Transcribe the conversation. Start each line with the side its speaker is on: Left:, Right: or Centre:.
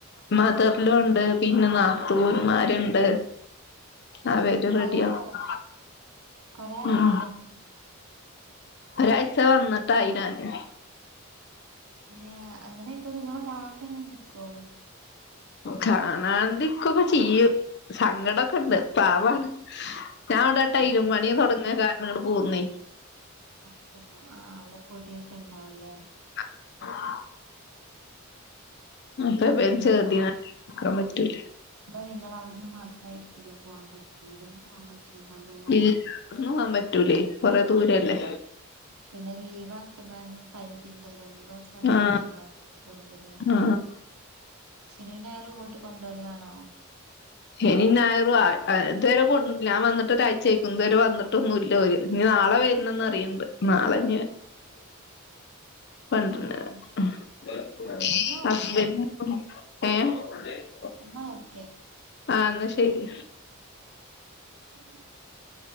Left: മദർലോ ഉണ്ട് പിന്നെ നാത്തൂന്മാരുണ്ട്. ആവര് റെഡിയ
Right: കൊറേ ആയോ
Left: <unintelligible>
Right: കൊറേ ആയോ
Left: ഉം.
Right: അവിടെ നിക്ക്
Left: ഒരാഴ്ച വന്നിട്ടായി ഞാന്.
Right: ഏ അങ്ങനെയൊക്കെ നിങ്ങളെ കാണാണ്ടങ്ങനെ നിക്കുവോ?
Left: കാണാതിക്കൊക്കെ ചെയ്യും. സങ്കടൊക്കെണ്ട് പാവാണ് ഞാൻ ഇവിടൊട്ടായിയിലും
Right: ആ
Left: പണിയ തുടങ്ങാൻ കാരണം ഇങ്ങടെ പോകുന്നേ.
Right: അതെ ആ അവിടെ പൊടിയൊക്കെ ഉണ്ടാവൂലേ.
Left: <unintelligible> അപ്പൊ ഇവൻ
Right: നിങ്ങള്
Left: ചെറുതിനെ നോക്കാൻ പറ്റൂല
Right: നിങ്ങ അവിടുന്ന് മാത്ര ആയിരിക്കില്ലേ പോകാൻ പറ്റ ഇവിടന്ന് പോകാൻ പറ്റുണ്ടാവില്ലല്ലേ
Left: ഇല്ല നടന്ന് പോവാൻ പറ്റൂലേ കൊറെ ദൂരല്ലേ
Right: പിന്നെ ലീവ് ആക്കുന്നും പരിധീണ്ടല്ലോ ലീവക്കാനും
Left: ആഹ്
Right: പറ്റുണ്ടാവില്ല. കൂടുതല്
Left: ആഹ്
Right: ശനിയും ഞായറും ഇങ്ങോട്ട് കൊണ്ടുവരൽ ആണോ?
Left: ശനിയും ഞായറും അ ഇത്രേര കൊണ്ട് വന്നിട്ട് ഇ ഞാൻ വന്നി ഒരാഴ്ചയിരിക്കും ഇതുവരെ വന്നിട്ടൊന്നും ഇല്ല ഓരു ഇനി നാളെ വരണന്ന് പറിയണ്ട് നാളെ ഇനി
Right: <inaudible>
Left: <unintelligible>
Right: ആഹ് എന്നാ എന്ന ഓക്കെ
Left: ആ എന്നാ ശരി
Right: <inaudible>